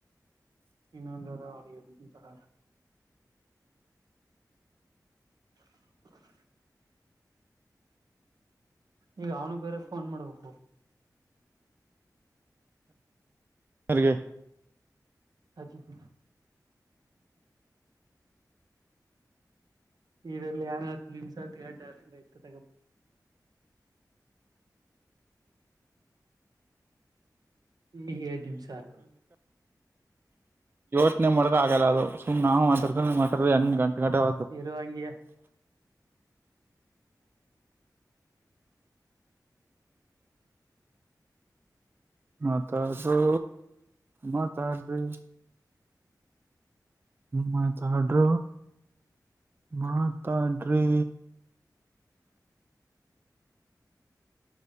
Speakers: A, on the right; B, on the right.
A: ಇನ್ನೊಂದದ ಅವ್ರಂತರ ಹ್ಮ್ ಹತ್ ಈಗ ಅವನು ಬೇರೆ ಫೋನ್ ಮಾಡ್ಬೇಕು
B: ಸರಿಗ
A: ಅಜತ್ ಇದಲ್ಲಿ ಏನ್ ನಿಮ್ಸ ಹತ್ ಗಟ ತಗ ಹ ಹಡಮ ಸರ್
B: ಟನೇ ಮಾಡ್ದ ಆಗಲ್ಲ ಅದು ಸುಮ್ ನಾವು ಮಾತ ಮಾತ ಹ ಗಂಟೆ ಗಂಟೆ ಅವತ್ತು
A: ಇರುವೋ ಹಂಗಯ
B: ಮಾತಾಡರು ಮಾತಾಡ್ರಿ ಮಾತಡ್ರ ಮಾತಾಡ್ರೆ